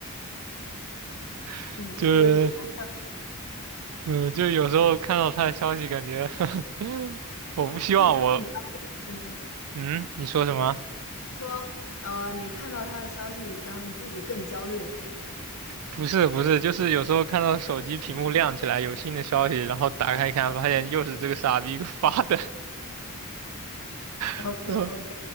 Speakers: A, on the right; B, on the left.
A: <laughs>
B: 你这个有点太
A: 就是
B: <laughs>
A: 嗯，就有时候看到他的消息，感觉 <laughs> 我不希望我
B: 自己更端了，是吗？
A: 嗯，你说什么？
B: 说，呃，你看到他的消息，然后你自己更焦虑了，是吗？
A: 不是不是，就是有时候看到手机屏幕亮起来有新的消息，然后打开一看，发现又是这个傻逼给我发的，
B: OK
A: <laughs> 然后
B: OK，